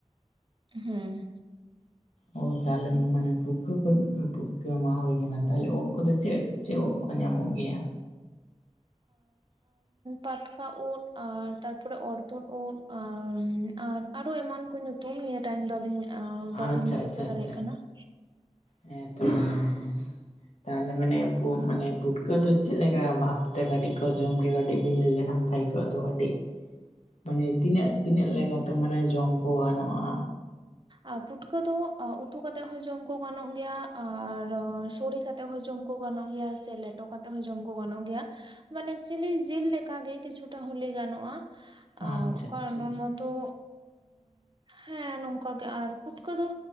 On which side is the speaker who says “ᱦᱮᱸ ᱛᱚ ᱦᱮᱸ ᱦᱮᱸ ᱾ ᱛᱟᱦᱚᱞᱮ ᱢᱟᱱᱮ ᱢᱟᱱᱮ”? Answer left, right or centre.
Left